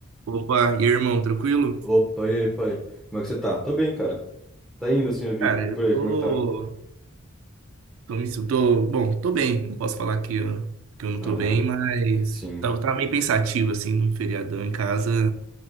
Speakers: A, on the right; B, in the centre.
A: Opa, e aí, irmão, tranquilo?
B: Opa, e aí, pai? Como é que você tá? Tô bem, cara. Tá indo assim a vida.
A: Cara,
B: E
A: eu
B: por aí,
A: tô,
B: como é que tá?
A: tô, me, sin- tô, bom, tô bem, não posso falar que eu, que eu não
B: Aham,
A: tô bem, mas
B: sim.
A: tava, tava meio pensativo, assim, num feriadão em casa,